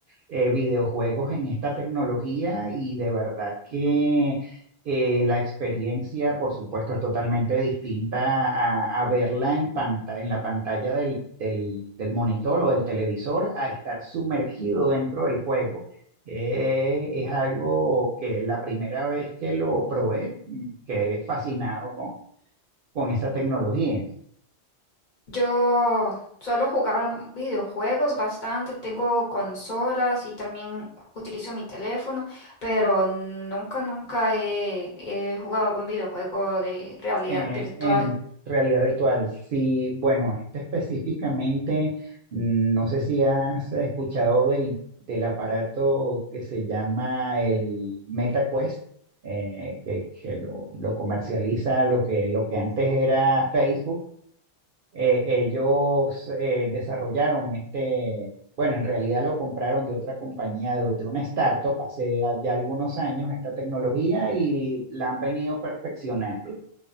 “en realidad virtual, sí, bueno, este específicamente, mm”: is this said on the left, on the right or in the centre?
Right